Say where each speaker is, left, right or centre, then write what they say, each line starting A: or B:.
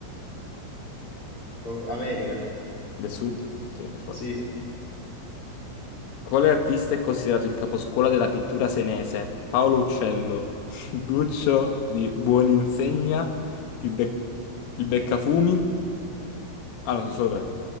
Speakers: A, on the left (about 25°); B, on the left (about 85°).
A: oh, America.
B: Del Sud? Sì, per forza.
A: Sì,
B: Quale artista è considerato il caposcuola della pittura senese? Paolo Uccello, <laughs> Duccio di Buoninsegna, il, Bec- il Beccafumi. Ah, no, sono solo tre.